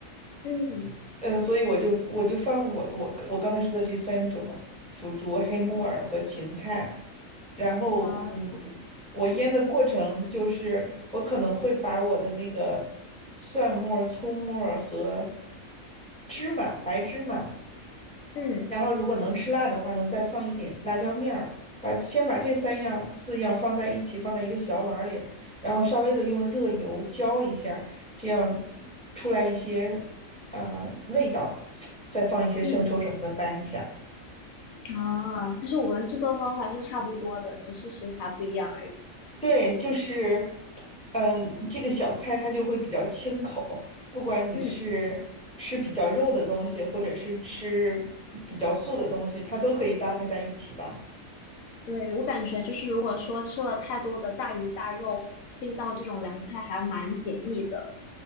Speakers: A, on the left (about 80°); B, in the centre.
A: 嗯，
B: 嗯，所以我就我就放我我我刚才说的这三种腐竹、黑木耳和芹菜，然后嗯，
A: 啊，
B: 我腌的过程就是我可能会把我的那个蒜末儿葱末儿和芝麻、白芝麻
A: 嗯
B: 然后如果能吃辣的话呢，再放一点辣椒面儿，把先把这三样四样放在一起，放在一个小碗里，然后稍微的用热油浇一下，这样出来一些呃味道，再放一些生抽什么的拌一下。
A: 嗯啊，其实我们制作方法是差不多的，只是食材不一样而已。
B: 对，就是嗯、呃这个小菜它就会比较清口，不管你是吃比较肉的东西，
A: 嗯，
B: 或者是吃比较素的东西，它都可以搭配在一起的。
A: 对，我感觉就是如果说吃了太多的大鱼大肉，吃一道这种凉菜还蛮解腻的。